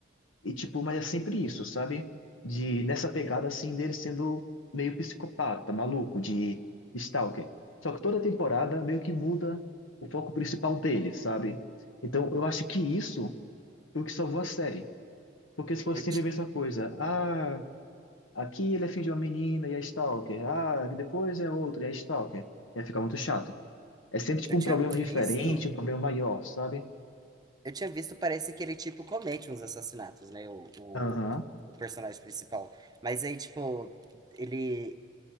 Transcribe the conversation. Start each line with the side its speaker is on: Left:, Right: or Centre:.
Left: e tipo, mas é sempre isso, sabe? De nessa pegada assim dele sendo meio psicopata, maluco, de stalker. Só que toda temporada meio que muda o foco principal dele, sabe? Então, eu acho que isso foi o que salvou a série. Porque se fosse
Right: Eu,
Left: sempre
Right: ti-
Left: a mesma coisa, ah, aqui ele é filho de uma menina e é stalker. Ah, depois é outro e é stalker. Ia ficar muito chato. É sempre tipo
Right: eu
Left: um
Right: tinha
Left: problema
Right: visto,
Left: diferente, um problema maior, sabe?
Right: eu tinha visto, parece que ele tipo comete uns assassinatos, né? O, o,
Left: Aham.
Right: o personagem principal. Mas aí, tipo, ele